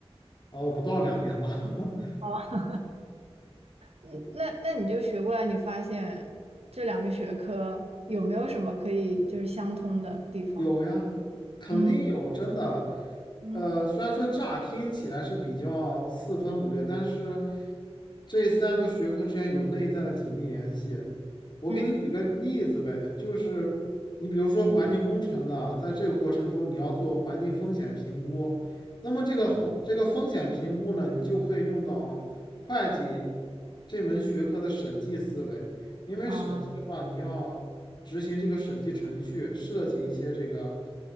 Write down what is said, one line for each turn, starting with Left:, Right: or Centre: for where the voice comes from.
Left: 哦，不到两年吧。<laughs>
Right: 哦，嗯那那你就学过来，你发现这两个学科有没有什么可以就是相通的地方？
Left: 有呀，肯定有，
Right: 嗯
Left: 真的。
Right: 嗯。
Left: 呃，虽然说乍听起来是比较四分五裂，但是这三个学科之间有内在的紧密联系。我给你举个例子呗，
Right: 嗯
Left: 就是你比如说环境工程的，在这个过程中你要做环境风险评估，那么这个环这个风险评估呢，你就可以用到会计这门学科的审计思维，因为审计的话，
Right: 啊
Left: 你要。执行这个审计程序，涉及一些这个